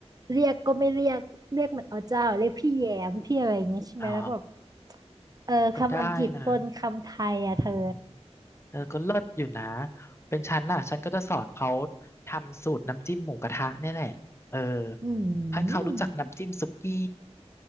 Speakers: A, on the right; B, on the left.
A: เรียกก็ไม่เรียกเรียกเหมือนอ๋อเจ้าเรียกพี่แยมพี่อะไรอย่างเงี้ยใช่ไหมแล้วก็แบบ
B: อ๋อ
A: เออคำอังกฤษปนคำไทยอ่ะเธอ
B: ก็ได้นะอืมเออก็เลิศอยู่นะเป็นฉันน่ะฉันก็จะสอนเขาทำสูตรน้ำจิ้มหมูกระทะเนี่ยแหละเออ
A: อืม
B: ให้เขารู้จักน้ำจิ้มสุกี้